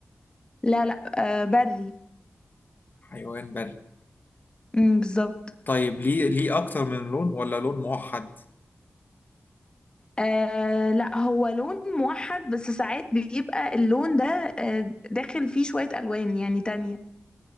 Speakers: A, on the left; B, on the left.
A: لا لا آه بري
B: حيوان بري
A: امم بالظبط
B: طيب ليه ليه أكتر من لون ولا لون موحد؟
A: آه لا هو لون موحد بس ساعات بيبقى اللون ده آه داخل فيه شوية ألوان يعني تانية